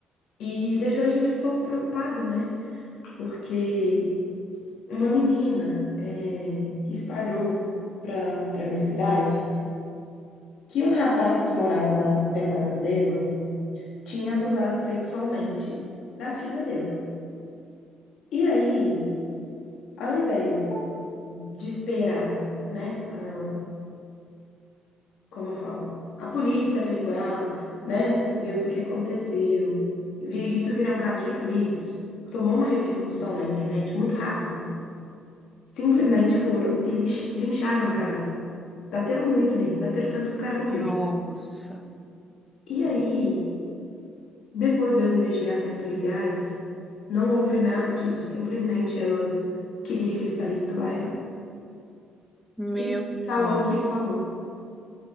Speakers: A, on the left (about 80°); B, in the centre.
A: e deixou a gente um pouco preocupado, né? Porque uma menina é, espalhou para para minha cidade que um rapaz que morava lá na, perto da casa dela tinha abusado sexualmente da filha dela. E aí Ao invés de esperar, né, a- como eu falo, a polícia averiguar, né, ver o que que aconteceu. Vi- Isso virar um caso de polícia, isso tomou uma repercussão na internet muito rápida. Simplesmente foram e lix- lincharam o cara. Bateram muito nele, bateram tanto que o cara morreu.
B: Nossa,
A: E aí, depois das investigações policiais, não houve nada disso. Simplesmente ela queria que ele saísse do bairro
B: meu
A: e falou
B: pai.
A: o que falou.